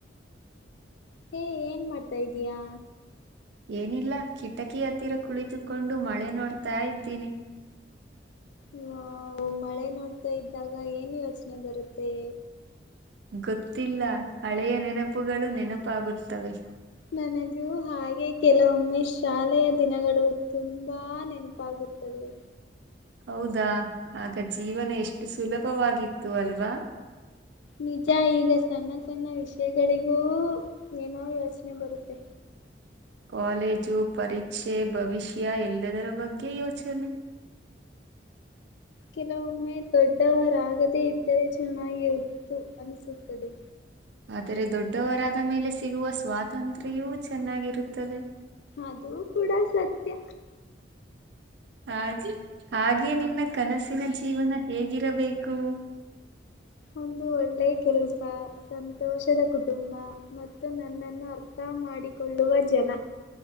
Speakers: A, on the left; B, on the right.
A: ಹೇ ಏನ್ ಮಾಡ್ತಾ್ದೀಯಾ
B: ಏನಿಲ್ಲ ಕಿಟಕಿ ಹತ್ತಿರ ಕುಳಿತುಕೊಂಡು ಮಳೆ ನೋಡ್ತಾ ಇದ್ದೀನಿ
A: ಹ ಮಳೆ ನೋಡ್ತಾ ಇದ್ದಾಗ ಏನ್ ಯೋಚನೆ ಬರುತ್ತೆ
B: ಗೊತ್ತಿಲ್ಲ ಹಳೆಯ ನೆನಪುಗಳು ನೆನಪಾಗುತ್ತವೆ
A: ನನಗೊ ಹಾಗೆ ಹಾಗಗೆ ಕೆಲವೊಮ್ಮೆ ಶಾಲೆಯ ದಿನಗಳು ತುಂಬಾ ನೆನಪಾಗುತ್ತದೆ
B: ಹೌದಾ ಆಗ ಜೀವನ ಎಷ್ಟು ಸುಲಭವಾಗಿತ್ತು ಅಲ್ವಾ
A: ನಿಜ ಈಗಸಣ ಸ್ಣ ವಿಷಯಗಳಿಗೂ ಏನೋ ಯೋಚನೆ ಬರುತ್ತೆ
B: ಕಾಲೇಜು ಪರೀಕ್ಷೆ ಭವಿಷ್ಯ ಎಲ್ಲದರ ಬಗ್ಗೆ ಯೋಚನೆ
A: ಕೆಲವೊಮ್ಮೆ ದೊಡ್ಡವರಾಗದೇ ಇತ್ತು ಇರೆ ಚೆನ್ನಾಗಿರುತ್ತು ಅನ್ನಿಸುತ್ತದೆ
B: ಆದರೆ ದೊಡ್ಡವರಾದ ಮೇಲೆ ಸಿಗುವ ಸ್ವಾತಂತ್ರ್ಯವೂ ಚೆನ್ನಾಗಿರುತ್ತದೆ
A: ಅದುೂ ಕೂಡ ಸತ್ಯ
B: ಹಾಗೆ ಹಾಗೆ ನಿನ್ನ ಕನಸಿನ ಜೀವನ ಹೇಗೆ ಗಿರಬೇಕು
A: ಒಂದು ಒಳ್ಳೆ ಕೆಲಸ ಹ ಸಂತೋಷದ ಕೊಟ್ಟ ಸುಮ್ಮ ಮತ್ತು ನನ್ನನ್ನು ಅರ್ಥ ಮಾಡಿಕೊಳ್ಳುವ ಜನ